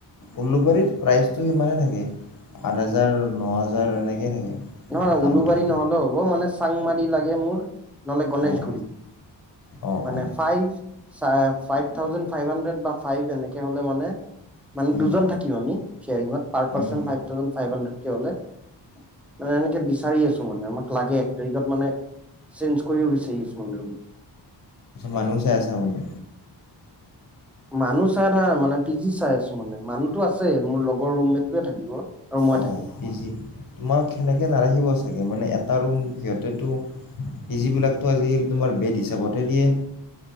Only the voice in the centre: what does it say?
নহয়-নহয়
উলুবাৰী নহ'লেও হ'ব মানে চাংমাৰি লাগে মোৰ নহ'লে গণেশগুৰিত।
মানে
five five thousand five hundred বা ফাইভ এনেকে হলে মানে মানে
দুজন থাকিম আমি শেয়াৰিংত পাৰ পাৰ্চন
ফাইভ থাউে ফাইভ হাড্ৰেক হ'লে। মানে এনেকে বিচাৰি আছো মানে আমাক লাগে এক তাৰিখত মানে চেঞ্জ কৰিব বিচাৰি আছো মানে ৰুম।
মানুহ চাই থাকা নাই মানে পি জি চাই আছো মানে মানুহতো আছে মোৰ লগৰ ৰুমমেটটোয়ে থাকিব। আৰু মই
থাকিম।